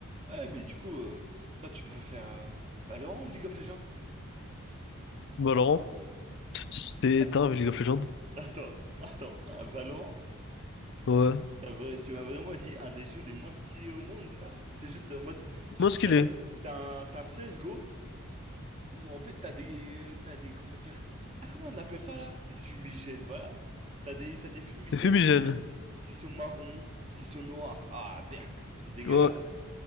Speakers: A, on the right (about 30°); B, on the left (about 50°).
A: Ah, mais du coup, euh, toi, tu préfères euh, Valorant ou League of Legends?
B: Valorant. C'est
A: Att-
B: un League of Legends.
A: Attends, attends, là, Valorant,
B: Ouais.
A: t'as vra- tu m'as vraiment dit un des jeux les moins skiés au monde là? C'est juste en mode, tu
B: Moi,
A: tires,
B: ce qu'il est,
A: c'est un, c'est un CSGO où en fait t'as des, t'as des, comment dire, ah comment on appelle ça là? Des fumigènes, voilà. T'as des, t'as des fumigènes
B: c'est fumigène.
A: qui sont, qui sont marrons, qui sont noirs. Ah, berk, c'est dégueulasse.
B: Ouais.